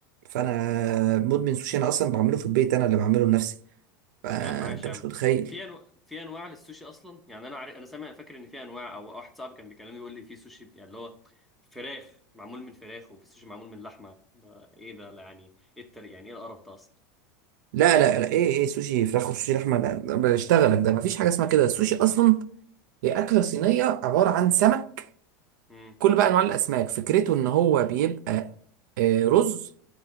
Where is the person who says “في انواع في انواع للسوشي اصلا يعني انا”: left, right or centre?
Centre